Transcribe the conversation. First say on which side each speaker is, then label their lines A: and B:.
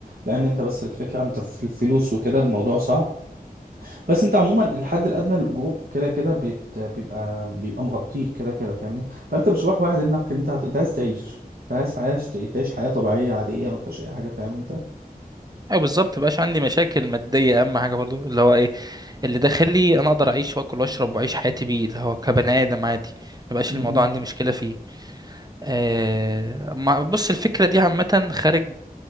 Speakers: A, on the right (about 75°); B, on the right (about 25°).
A: لان انت بس الفكره انت في الفلوس وكده الموضوع صعب بس انت عموما الحد الادنى للاجور كده كده بيت... بيبقى بيبقى مغطيك كده كده فاهمني فانت مش رايح واحد انك انت هت... انت عايز تعيش انت عايز عايش تعيش حياه طبيعيه عاديه ما فيهاش اي حاجه فاهم انت
B: ايوه بالظبط مبقاش عندي مشاكل ماديه اهم حاجه برضو اللي هو ايه اللي داخلي انا اقدر اعيش واكل واشرب واعيش حياتي بيه اللي هو كبني ادم عادي مبقاش
A: م-م.
B: الموضوع عندي مشكله فيه آه ما بص الفكره دي عامه خارج